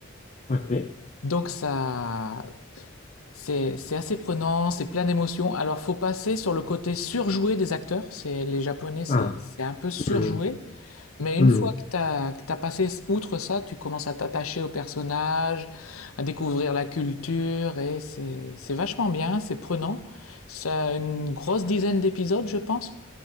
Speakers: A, on the left; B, on the left.
A: OK.
B: Donc ça, c'est c'est assez prenant, c'est plein d'émotions. Alors faut passer sur le côté surjoué des acteurs. C'est les Japonais, c'est
A: Ah.
B: c'est un peu surjoué.
A: hmm,
B: Mais
A: hmm.
B: une fois que t'as que t'as passé outre ça, tu commences à t'attacher au personnage, à découvrir la culture et c'est c'est vachement bien, c'est prenant. Ça a une grosse dizaine d'épisodes, je pense.